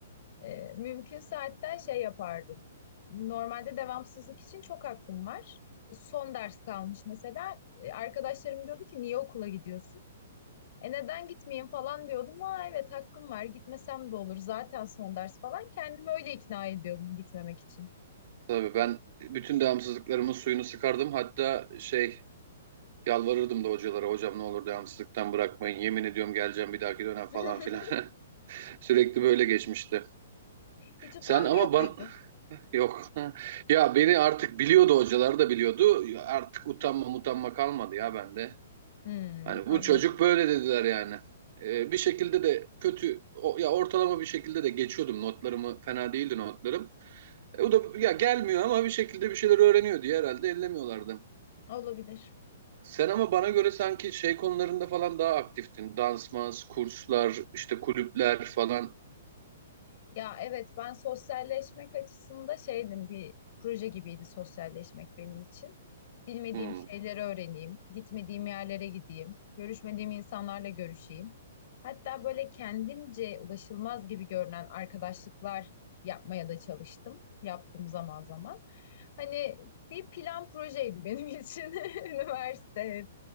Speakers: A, on the left (about 55°); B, on the right (about 55°).
A: E, mümkünse hatta şey yapardım. Normalde devamsızlık için çok hakkım var. Son ders kalmış mesela. E, arkadaşlarım diyordu ki niye okula gidiyorsun? E neden gitmeyeyim falan diyordum. Aa evet hakkım var gitmesem de olur zaten son ders falan. Kendimi öyle ikna ediyordum gitmemek için.
B: Tabii ben bütün devamsızlıklarımın suyunu sıkardım. Hatta şey Yalvarırdım da hocalara hocam ne olur devamsızlıktan bırakmayın yemin ediyorum geleceğim bir dahaki dönem
A: <laughs>
B: falan filan. <laughs> Sürekli böyle geçmişti.
A: Hiç utanmıyor
B: Sen ama
A: muydun?
B: ben <laughs> yok. <laughs> Ya beni artık biliyordu hocalar da biliyordu. Artık utanma utanma kalmadı ya bende.
A: Hmm,
B: Hani bu
A: anladım.
B: çocuk böyle dediler yani. Ee, bir şekilde de kötü o- ya ortalama bir şekilde de geçiyordum notlarımı fena değildi notlarım. E, o da ya gelmiyor ama bir şekilde bir şeyler öğreniyor diye herhalde ellemiyorlardı.
A: Olabilir.
B: Sen ama bana göre sanki şey konularında falan daha aktiftin. Dansmaz, kurslar, işte kulüpler falan.
A: Ya evet ben sosyalleşmek açısında şeydim bir proje gibiydi sosyalleşmek benim için. Bilmediğim
B: Hmm,
A: şeyleri öğreneyim, gitmediğim yerlere gideyim, görüşmediğim insanlarla görüşeyim. Hatta böyle kendimce ulaşılmaz gibi görünen arkadaşlıklar yapmaya da çalıştım. Yaptım zaman zaman. Hani bir plan projeydi benim için <laughs> üniversite